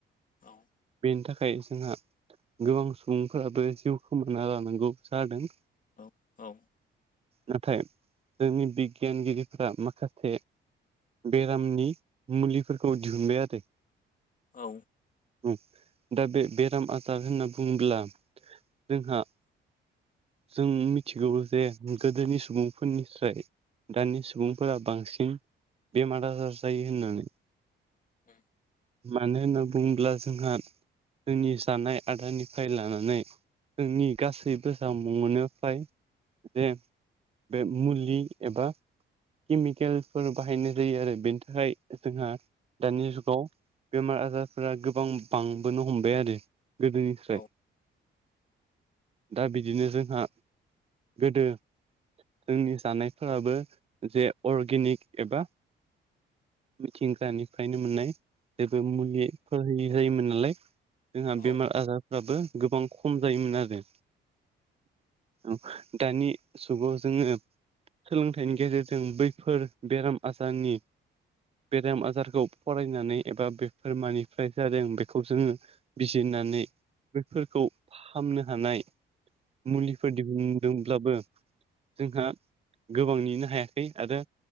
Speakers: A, on the left; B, on the right.
A: औ
B: बेनि थाखाय जोंहा गोबां सुबुंफोराबो जिउ खोमाना लानांगौ जादों
A: औ औ
B: नाथाय जोंनि बिगियानगिरिफोरा माखासे बेरामनि मुलिफोरखौ दिहुनबाय आरो
A: औ
B: औ दा बे बेराम आजार होनना बुङोब्ला जोंहा जों मिथिगौ जे गोदोनि सुबुंफोरनिफ्राय दानि सुबुंफोरा बांसिन बेमार आजार जायो होननानै
A: औ
B: मानो होनना बुङोब्ला जोंहा जोंनि जानाय आदारानिफ्राय लानानै जोंनि गासैबो जामुं मोनो फाय जे बे मुलि एबा केमिकेलफोर बाहायनाय जायो आरो बेनि थाखाय जोंहा दानि जुगाव बेमार आजारफोरा गोबां बांबोनो हमबाय आरो गोदोनिफ्राय
A: औ
B: दा बिदिनो जोंहा गोदो जोंनि जानायफोराबो जे अर्गेनिक एबा मिथिंगानिफ्रायनो मोननाय जेबो मुलिफोर होयो होयोमोन नालाय जोंहा
A: औ
B: बेमार आजार फोराबो गोबां खम जायोमोन आरो औ दानि जुगाव जोङो सोलोंथाइनि गेजेरजों बै फोर बेराम आजारनि बेराम आजारखौ फरायनानै एबा बेफोर मानिफ्राय जादों बेखौ जोङो बिजिरनानै बेफोरखौ फाहामनो हानाय मुलिफोर दिहुनदों ब्लाबो जोंहा गोबां नेनो हायाखै आरो